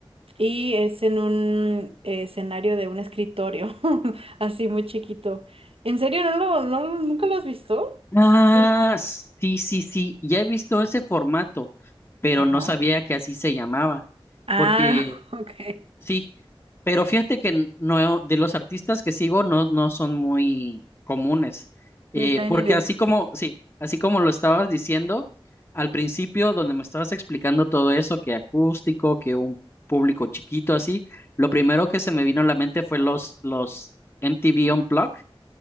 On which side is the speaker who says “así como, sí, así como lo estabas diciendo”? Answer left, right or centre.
Left